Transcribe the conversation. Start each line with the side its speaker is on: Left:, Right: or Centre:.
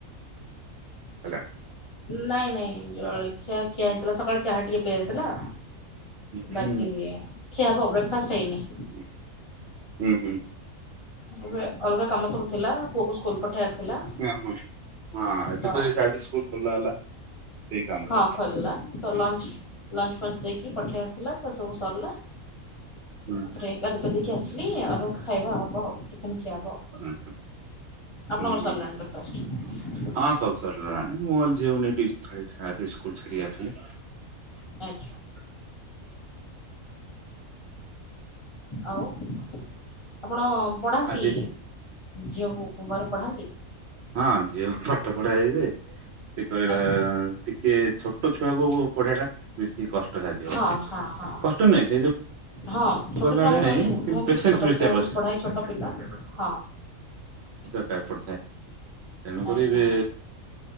Right: <unintelligible>
Left: ନାଇଁ ନାଇଁ ଜଳଖିଆ ଖିଆ ହେଇଥିଲା ସକାଳେ ଚାହା ଟିକେ ପିଆ ହେଇଥିଲା।
Right: ହୁଁ
Left: ବାକି ଖିଆହବ ବ୍ରେକଫାଷ୍ଟ ହେଇନି।
Right: <inaudible> ହୁଁ ହୁଁ।
Left: ଏବେ ଅଲଗା କାମ ସବୁ ଥିଲା ପୁଅକୁ ସ୍କୁଲ ପଠେଇବାର ଥିଲା
Right: ହୁଁ ହଁ ଏବେ
Left: ତ
Right: ଆଜି ସ୍କୁଲ ଖୋଲା ହେଲା ସେଇ କାମ
Left: ହଁ
Right: ସବୁ
Left: ଖୋଲିଲା। ତ ଲଞ୍ଚ, ଲଞ୍ଚ ଫଞ୍ଚ ଦେଇକି ପଠେଇବାର ଥିଲା, ସେ ସବୁ ସରିଲା।
Right: ହୁଁ,
Left: ତାପରେ
Right: ହୁଁ।
Left: ଗାଧେଇ ପାଧେଇକି ଆସିଲି ଆଉ। ଖାଇବା ହବ ଆଉ। ଟିଫିନ୍ ଖିଆ ହବ।
Right: ହୁଁ
Left: ଆପଣଙ୍କର
Right: ହୁଁ ହୁଁ
Left: ସରିଲାଣି ବ୍ରେକଫାଷ୍ଟ?
Right: ହଁ ସବୁ ସରିଲାଣି। ମୁଁ ଝିଅକୁ ନେଇକି ଟି ସ୍କୁଲ ଛାଡିକି ଆସିଲେ
Left: ଆଚ୍ଛା। ଆଉ, ଆପଣ ପଢାନ୍ତି?
Right: ଆଜି
Left: ଝିଅକୁ ଘରେ ପଢାନ୍ତି?
Right: ହଁ, ଝିଅକୁ ପାଠ ପଢାଏ ଯେ ସେ କହିଲା
Left: ଆଜ୍ଞା
Right: ଟିକେ ଛୋଟ ଛୁଆକୁ ପଢେଇବା ଟା ବେଶୀ କଷ୍ଟ ସାଧ୍ୟ
Left: ହଁ
Right: ଅଟେ।
Left: ହଁ ହଁ
Right: କଷ୍ଟ ନୁହେଁ, ସେ ଯୋଉ
Left: ହଁ, ଛୋଟ
Right: କହିଲା
Left: ଛୁଆଙ୍କ
Right: ଭଳିଆ
Left: ପାଇଁ
Right: ନାହିଁ କିନ୍ତୁ
Left: ମୁଁ
Right: ପେସେନ୍ସ
Left: ବି ଛୋଟ
Right: ବେଶୀ
Left: ପୁଅ
Right: ଆବଶ୍ୟକ
Left: ପଢାଏ ଛୋଟ ପିଲା। ହଁ।
Right: ଦରକାର ପଡିଥାଏ। ତେଣୁକରି
Left: ଆଜ୍ଞା
Right: ବି